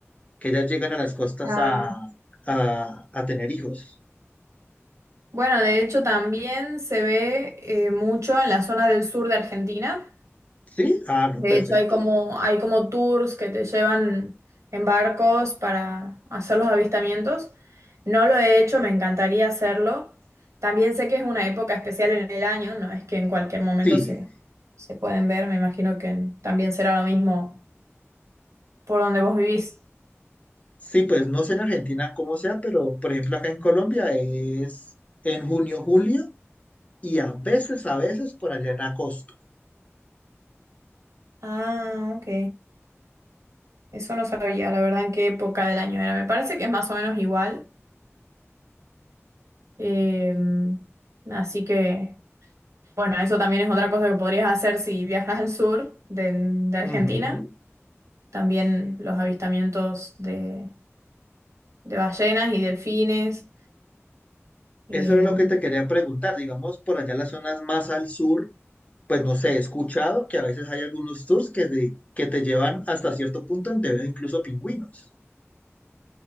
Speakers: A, on the left; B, on the right.
A: que ellas llegan a las costas
B: Ah,
A: a, a, a tener hijos.
B: bueno, de hecho también se ve eh, mucho en la zona del sur de Argentina.
A: ¿Sí? Ah, no,
B: De
A: perfecto.
B: hecho, hay como, hay como tours que te llevan en barcos para hacer los avistamientos. No lo he hecho, me encantaría hacerlo. También sé que es una época especial en el año, no es que en cualquier momento
A: Sí.
B: se, se pueden ver, me imagino que también será lo mismo por donde vos vivís.
A: Sí, pues no sé en Argentina cómo sea, pero por ejemplo acá en Colombia es en junio, julio y a veces, a veces por allá en agosto.
B: Ah, ok. Eso no sabía, la verdad, en qué época del año era. Me parece que es más o menos igual. Em, así que... Bueno, eso también es otra cosa que podrías hacer si viajas al sur de, de Argentina.
A: Ujú.
B: También los avistamientos de, de ballenas y delfines. Eh,
A: Eso era lo que te quería preguntar. Digamos, por allá las zonas más al sur, pues no sé, he escuchado que a veces hay algunos tours que te, que te llevan hasta cierto punto donde ves incluso pingüinos.